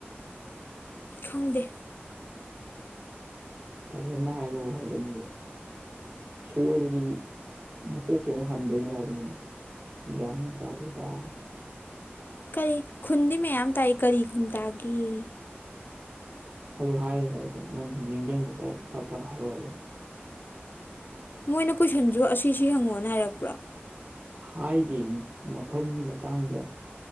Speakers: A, on the left (about 50°); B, on the right (about 40°).
A: ꯈꯪꯗꯦ
B: ꯐꯖꯅ ꯍꯥꯏꯔꯛ ꯑꯣ ꯍꯥꯏꯕꯅꯦ ꯁꯣꯏꯔꯗꯤ ꯃꯀꯣꯛꯇꯩ ꯑꯃꯨꯛ ꯍꯟꯗꯣꯏꯅꯦ ꯍꯥꯏꯕꯅꯤꯅꯦ ꯒ꯭ꯌꯥꯟ ꯌꯥꯝ ꯇꯥꯗꯦꯗ
A: ꯀꯔꯤ ꯈꯨꯟꯗꯤ ꯃꯌꯥꯝ ꯇꯥꯏ ꯀꯔꯤ ꯈꯨꯟ ꯇꯥꯒꯦꯌꯦ
B: ꯑꯗꯨ ꯍꯥꯏꯔꯤꯗ ꯑꯩ ꯀꯩꯅꯣ ꯅꯪ ꯅꯤꯡꯖꯤꯡꯕ ꯈꯔ ꯐꯠ ꯐꯠ ꯍꯥꯏꯔꯛꯑꯣ ꯍꯥꯏꯕꯅꯤ
A: ꯃꯣꯏꯅ ꯀꯣꯏꯁꯟꯁꯨ ꯑꯁꯤꯁꯤ ꯍꯪꯉꯣꯅ ꯍꯥꯏꯔꯛꯄ꯭ꯔꯥ
B: ꯍꯥꯏꯗꯦ ꯃ ꯃꯐꯝꯒꯤ ꯃꯇꯥꯡꯗ